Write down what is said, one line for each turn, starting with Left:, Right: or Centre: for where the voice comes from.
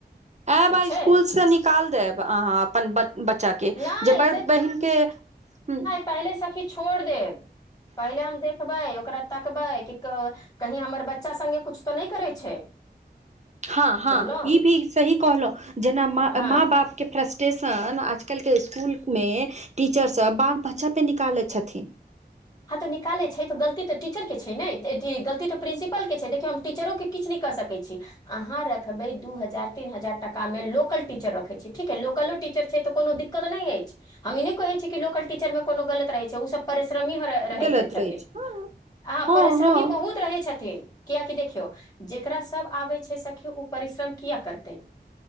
Right: आयब
Left: ठीक
Right: आ
Left: छै
Right: स्कूल से निकाल देब अहाँ अपन बच्चा के
Left: नहि
Right: जे बड़ बहिन के ह
Left: पेहले सखी छोर देब पहिले हम देखबै ओकरा तकबै की क कही हमर बच्चा सङ्गे कुछ तऽ नहि करै छै
Right: हँ हँ
Left: बुझलहुँ
Right: ई भी सही कहलहुँं जेना मा
Left: हँ
Right: माँ बाप के फ्रस्टेशन आजकलके इसकुलमे टीचरसभ बाल बच्चापे निकालैत छथिन
Left: हँ तऽ निकाले छै तऽ गलती तऽ टीचर के छै ने गलती तऽ प्रिंसिपल के छै देखियौ हम टीचरो के किछ नै क सकै छी अहाँ रखबै दू हजार तीन हजार टाकामे लोकल टीचर रखै छी ठीक है लोकलो टीचर छै तऽ कोनो दिक्कत दिक्कत नइ अछि हम ई नहि कहै छीय कि लोकल टीचर मे कोनो गलत रहै छै ओ सब परिश्रमी र रहैत
Right: गलत
Left: छथिन
Right: रहै छै हँ
Left: आहा
Right: हँ
Left: परिश्रमी
Right: हँ
Left: बहुत रहै छथिन कियाकि देखियौ जेकरा सब आबै छै सखि ओ परिश्रम किया करतै